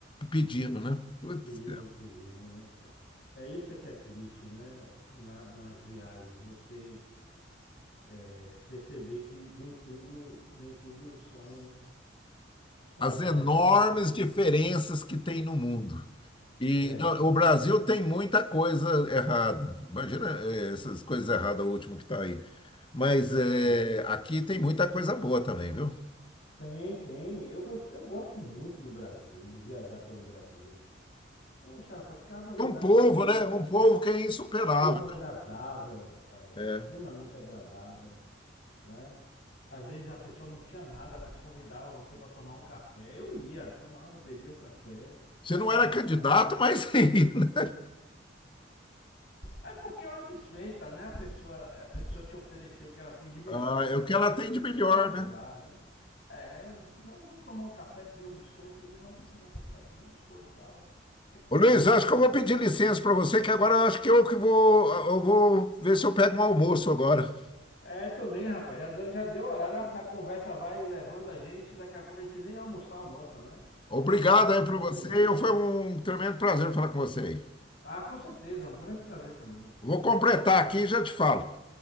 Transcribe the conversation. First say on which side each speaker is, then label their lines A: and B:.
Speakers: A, on the left; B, on the left.
A: pedindo, né? Putz,
B: pedindo, pedindo, né? É isso é que é triste, né? Na- nas viagens, você é, perceber que nem tudo, nem tudo são, são
A: as
B: rosas,
A: enormes
B: né? São flores,
A: diferenças
B: né?
A: que tem no mundo. E
B: É.
A: no- o Brasil tem muita coisa errada. Imagina, eh, essas coisas erradas, o último que está aí. Mas eh,
B: uhum.
A: aqui tem muita coisa boa também, viu?
B: Tem, tem. Eu gosto, eu gosto muito do Brasil, de viajar pelo Brasil. Poxa, rapaz, cada lugar
A: É Um povo,
B: que eu ia,
A: né? Um povo que é insuperável.
B: povo agradável, rapaz,
A: É.
B: extremamente agradável. né? Às vezes a pessoa não tinha nada, mas convidava você para tomar um café. Eu ia, tomava, bebia o café,
A: Você não era
B: né?
A: candidato, mas <laughs> ainda.
B: É porque é uma desfeita, né? A pessoa, a pessoa te ofereceu o que ela tem de melhor
A: Ah,
B: na casa
A: é o que
B: dela
A: ela tem
B: e você
A: de melhor,
B: recusar,
A: né?
B: né? É, ela disse, assim, não, vamos tomar um café, comer um biscoito. Eu, vamos tomar um café, comer um biscoito e tal. né?
A: Ô Luiz, eu acho que eu vou pedir licença para você, que agora eu acho que eu que vou, eu vou ver se eu pego um almoço agora.
B: É, também, rapaz, já deu, já deu horário, a, a conversa vai levando a gente, daqui a pouco a gente nem almoçar almoça, né?
A: Obrigado
B: Tá
A: aí
B: bom,
A: para você.
B: Benício.
A: Eu- Foi um tremendo prazer falar com você aí.
B: Ah, com certeza, é um grande prazer também.
A: Vou completar aqui e já te falo.